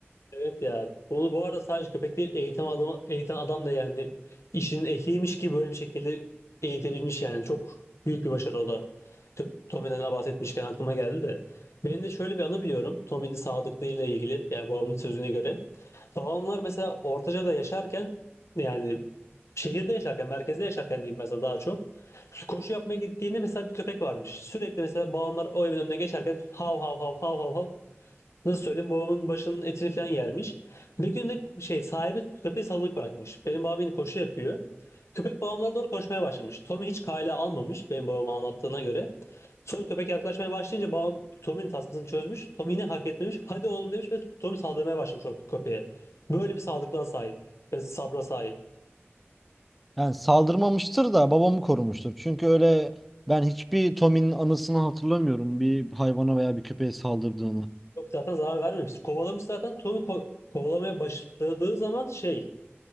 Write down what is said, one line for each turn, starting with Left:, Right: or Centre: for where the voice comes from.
Left: Evet ya. Bunu bu arada sadece köpek değil eğitim adam, eğiten adam da yani işinin ehliymiş ki böyle bir şekilde eğitebilmiş yani. Çok büyük bir başarı o da. Tö- Tommy'den bahsetmişken aklıma geldi de. Benim de şöyle bir anı biliyorum. Tommy'nin sadıklığıyla ilgili yani babamın sözüne göre. Babamlar mesela Ortaca'da yaşarken yani şehirde yaşarken, merkezde yaşarken diyeyim mesela daha çok. Koşu yapmaya gittiğinde mesela bir köpek varmış. Sürekli mesela babamlar o evin önüne geçerken hav hav hav hav hav hav Nasıl söyleyeyim babamın başının etini falan yermiş. Bir gün de şey sahibi köpeği salınık bırakmış. Benim babam yine koşu yapıyor. Köpek babamlara doğru koşmaya başlamış. Tommy hiç kale almamış benim babama anlattığına göre. Sonra köpek yaklaşmaya başlayınca babam Tommy'nin tasmasını çözmüş. Tommy yine hareket etmemiş. Hadi oğlum demiş ve Tommy saldırmaya başlamış o köpeğe. Böyle bir sağlıklığa sahip ve sabra sahip.
Centre: Yani saldırmamıştır da babamı korumuştur. Çünkü öyle ben hiçbir Tommy'nin anısını hatırlamıyorum bir hayvana veya bir köpeğe saldırdığını.
Left: Yok zaten zarar vermemiş. Kovalamış zaten. Tommy ko- kovalamaya başladığı zaman şey